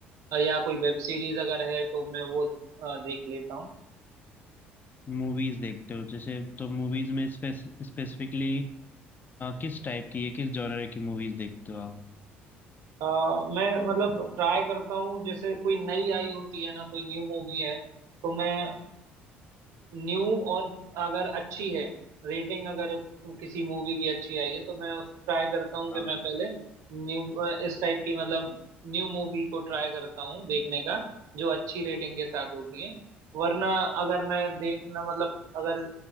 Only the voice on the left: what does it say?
मूवीज देखते हो जैसे तो मूवीज में स्पेसिफिकली किस टाइप की है किस जॉनर की मूवीज देखते हो आप
हाँ